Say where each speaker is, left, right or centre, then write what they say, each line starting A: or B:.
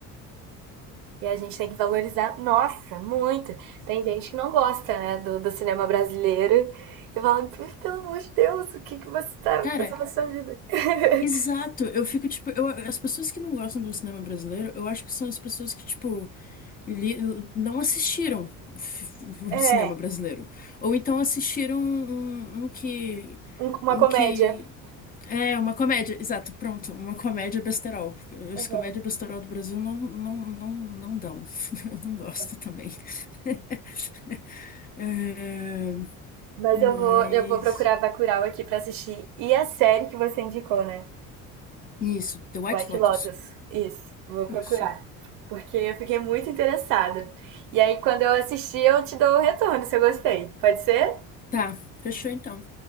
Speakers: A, on the right (about 85°); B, on the left (about 25°).
A: E a gente tem que valorizar, nossa, muito. Tem gente que não gosta, né, do, do cinema brasileiro. E fala, pelo amor de Deus, o que, que você tá
B: Cara,
A: fazendo na sua vida? <laughs>
B: Exato, eu fico tipo, eu, as pessoas que não gostam do cinema brasileiro, eu acho que são as pessoas que, tipo, li- não assistiram f- f- o
A: é,
B: cinema brasileiro. Ou então assistiram um, um que.
A: um- uma
B: Um
A: comédia.
B: que. É, uma comédia, exato, pronto, uma comédia besterol. porque As
A: Aham,
B: comédias besterol do Brasil não, não, não, não dão. <laughs> Eu não gosto
A: tá.
B: também. <laughs> É,
A: Mas
B: mas.
A: eu vou, eu vou procurar Bacurau aqui pra assistir. E a série que você indicou, né?
B: Isso, The White
A: White
B: Lotus.
A: Lotus. Isso, vou procurar.
B: Isso.
A: Porque eu fiquei muito interessada. E aí, quando eu assistir, eu te dou o retorno se eu gostei. Pode ser?
B: Tá, fechou então.